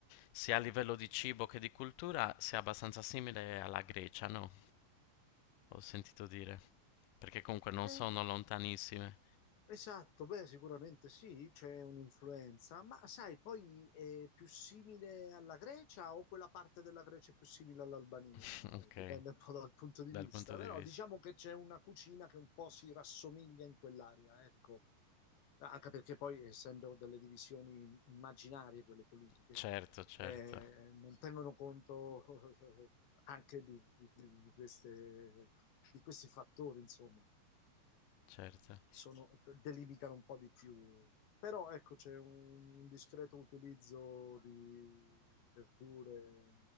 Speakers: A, on the left; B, on the left.
A: sia a livello di cibo che di cultura, sia abbastanza simile alla Grecia, no? Ho sentito dire. Perché comunque non
B: Eh,
A: sono lontanissime.
B: Esatto, beh, sicuramente sì, c'è un'influenza, ma sai, poi è più simile alla Grecia o quella parte della Grecia è più simile all'Albania?
A: <laughs> Ok,
B: Eh, dipende un po' dal punto di
A: dal
B: vista,
A: punto
B: però
A: di vista.
B: diciamo che c'è una cucina che un po' si rassomiglia in quell'area, ecco, anche perché poi essendo delle divisioni immaginarie quelle politiche,
A: Certo, certo,
B: eh, non tengono conto <laughs> anche di, di- di- di queste- di questi fattori, insomma
A: certo.
B: sono- delimitano un po' di più. Però ecco, c'è un discreto utilizzo di verdure,